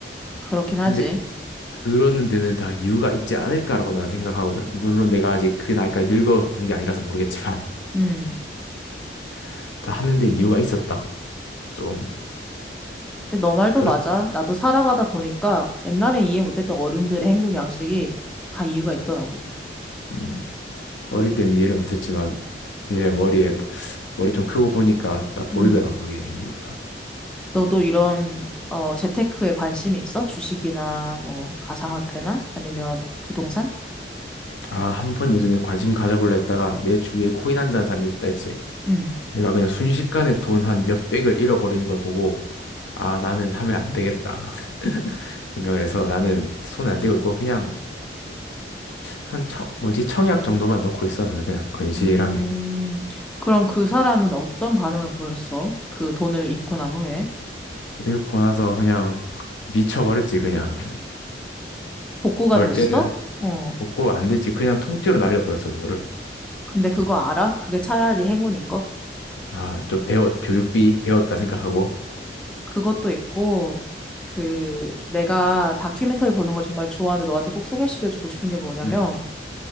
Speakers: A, in the centre; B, on the left.
A: 그렇긴
B: 근데
A: 하지.
B: 그러는 데는 다 이유가 있지 않을까라고 나는 생각하거든. 물론 내가 아직 그 나이까지 늙어 본 게 아니라서 모르겠지만
A: 음.
B: <laughs> 다 하는 데는 이유가 있었다. 좀
A: 근데 너 말도
B: 그렇
A: 맞아. 나도 살아가다 보니까 옛날에 이해 못했던 어른들의 행동 양식이 다 이유가 있더라고.
B: 음, 어릴 때는 이해를 못했지만 이제 머리에 머리 좀 크고 보니까 딱 보이더라고
A: 음.
B: 그게 이유가.
A: 너도 이런 어 재테크에 관심이 있어? 주식이나 뭐 가상화폐나 아니면 부동산?
B: 아, 한 번 예전에 관심 가져볼라 했다가 내 주위에 코인 한다는 사람이 있다 했지.
A: 음.
B: 얘가 그냥 순식간에 돈 한 몇백을 잃어버리는 걸 보고 아, 나는 하면 안 되겠다 <laughs> 생각을 해서 나는 손 안 대고 있고 그냥 한 청, 뭐지? 청약 정도만 넣고 있어, 나는 그냥 건실하게.
A: 음. 그럼 그 사람은 어떤 반응을 보였어? 그 돈을 잃고 난 후에?
B: 읽고 나서 그냥 미쳐버렸지, 그냥.
A: 복구가
B: 벌
A: 됐어?
B: 때는
A: 어.
B: 먹고 안 되지. 그냥 통째로 날려버렸어, 그거를.
A: 근데 그거 알아? 그게 차라리 행운인 거?
B: 아, 좀 배웠, 교육비 배웠다 생각하고.
A: 그것도 있고, 그, 내가 다큐멘터리 보는 걸 정말 좋아하는데 너한테 꼭 소개시켜주고 싶은 게 뭐냐면,
B: 음,